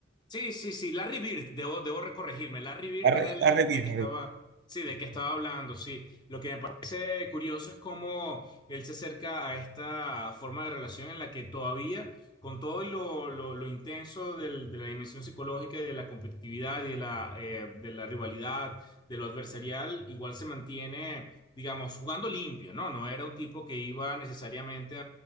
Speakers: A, on the left; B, on the right.
A: Sí, sí, sí, Larry Bird, debo, debo recorregirme. Larry Bird
B: La, re-
A: era el
B: la
A: del,
B: revivir,
A: del que estaba, sí, del que estaba hablando, sí. Lo que me parece curioso es cómo él se acerca a esta forma de relación en la que todavía, con todo lo, lo, lo intenso del- de la dimensión psicológica y de la competitividad y de la, eh, de la rivalidad, de lo adversarial, igual se mantiene, digamos, jugando limpio, ¿no? No era un tipo que iba necesariamente